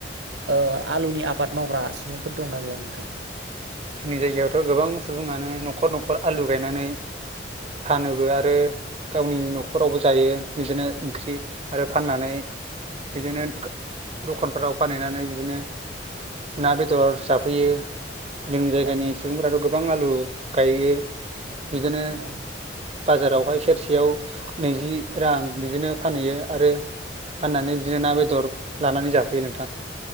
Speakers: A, on the right (about 75°); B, on the right (about 35°).
A: ओ आलुनि आबाद मावग्रा सुबुंफोर दंना गैया नोंथां
B: जोंनि जायगायावथ' गोबां सुबुङानो न'खर न'खर आलु गायनानै फानोबो आरो गावनि न'खरावबो जायो बिदिनो ओंख्रि आरो फाननानै बिदिनो दखानफोराव फानहैनानै बिदिनो ना बेदर जाफैयो जोंनि जायगानि
A: औ
B: सुबुंफोराथ' गोबां आलु गायो बिदिनो
A: औ
B: बाजारावहाय सेरसेयाव नैजि रां बिदिनो फानहैयो आरो फाननानै बिदिनो ना बेदर लानानै जाफैयो नोंथां।